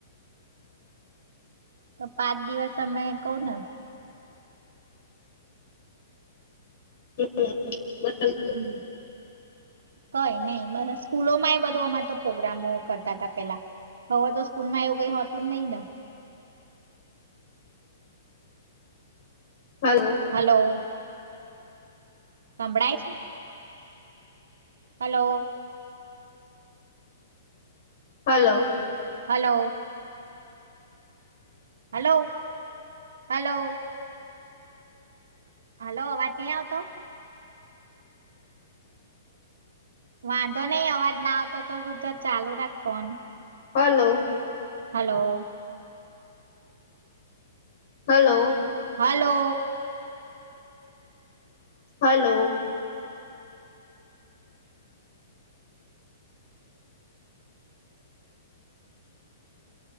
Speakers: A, on the right (about 85°); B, on the left (about 55°).
A: તો પાંચ દિવસ અમે કવ ને
B: હમ. <unintelligible>
A: હમ, કઈ નહી બ સ્કૂલોમાં એ બધું અમાં તો પ્રોગ્રામો કરતા હતા પેલા હવે તો સ્કૂલ માં એવું કઈ હોતું જ નહીિ ને.
B: Hello
A: hello. સંભળાય છે. Hello
B: hello
A: hello hello hello hello વાત નહી આવતો વાંધો નહી આવાજ ના આવતો તો ત ચાલુ રાખ phone
B: hello
A: hello
B: hello
A: hello
B: hello